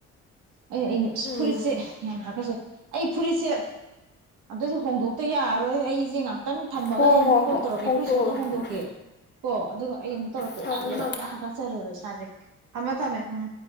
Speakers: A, on the right; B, on the left.
A: ꯑꯩꯅ ꯑꯩꯅ ꯑꯁ
B: ꯎꯝ
A: ꯐꯨꯔꯤꯠꯁꯦ ꯌꯥꯝ ꯍꯥꯀꯁꯦ ꯑꯩ ꯐꯨꯔꯤꯠꯁꯦ ꯑꯝꯇꯁꯦ ꯍꯣꯡꯗꯣꯛꯇ ꯌꯥꯔꯔꯣꯏ ꯑꯩꯁꯦ ꯉꯥꯛꯇꯪ ꯊꯨꯝꯃꯒ
B: ꯍꯣ
A: ꯑꯩ ꯑꯃꯨꯛ
B: ꯍꯣ
A: ꯀꯣꯜ
B: ꯍꯣ
A: ꯇꯧꯔꯛꯀꯦ
B: ꯍꯣꯡꯇꯣꯛꯎꯔꯣ
A: ꯐꯨꯔꯤꯁꯦ ꯑꯃꯝꯇ ꯍꯣꯡꯗꯣꯛꯀꯦꯣ
B: ꯎꯝ
A: ꯑꯗꯨꯒ ꯑꯩ ꯑꯃꯨꯛ ꯇꯧꯔꯛꯀꯦ
B: ꯊꯝꯃꯣ
A: ꯌꯥꯗ꯭ꯔꯦꯕ
B: ꯊꯝꯃꯣ
A: ꯄꯨꯔ ꯍꯥꯞꯀꯠꯆꯔꯦꯕꯁꯦ ꯑꯃꯦ ꯊꯃꯦ ꯎꯝ